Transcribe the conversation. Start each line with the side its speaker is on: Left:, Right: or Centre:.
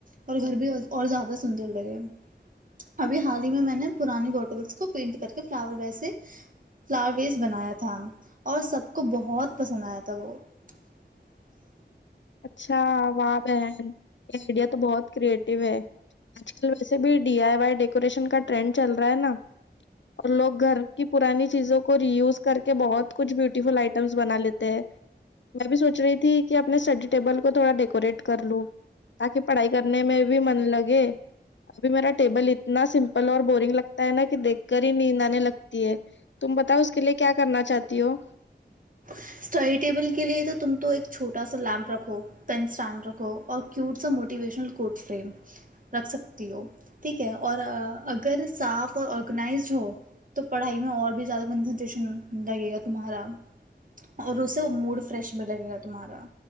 Right: اور گھر بھی اور زیادہ سندر لگے ابھی حال ہی میں میں نے پرانی بوٹلس کو پینٹ کر کے فلاور ویسے فلاور ویس بنایا تھا اور سب کو بہت پسند آیا تھا وہ <unintelligible>
Left: اچھااہ بہن یہ آئیڈیا تو بہت کریئٹو ہے آج کل ویسے بھی ڈی آئی وائی ڈیکوریشن کا ٹرینڈ چل رہا ہے نا اور لوگ گھر کی پرانی چیزوں کو ری یوز کر کے بہت کچھ بیوٹیفل آئٹمس بنا لیتے ہیں میں بھی سوچ رہی تھی کہ اپنے ٹیبل کو تھوڑا ڈیکوریٹ کر لوں تاکہ پڑھائی کرنے میں بھی من لگے ابھی میرا ٹیبل اتنا سمپل اور بورنگ لگتا ہے نا کہ دیکھ کر ہی نیند آنے لگتی ہے تم بتاؤ اس کے لیے کیا کرنا چاہتی ہو <unintelligible>
Right: اسٹڈی ٹیبل کے لیے تو تم تو ایک چھوٹا سا لیمپ رکھو پین اسٹینڈ رکھو اور کیوٹ سا موٹیویشنل کوڈ فریم رکھ سکتی ہو ٹھیک ہے اور اگر صاف اور آرگنائزڈ ہو تو پڑھائی میں اور بھی زیادہ کنسنٹریشن لگے گا تمہارا اور اسے موڈ فریش بھی لگے گا تمہارا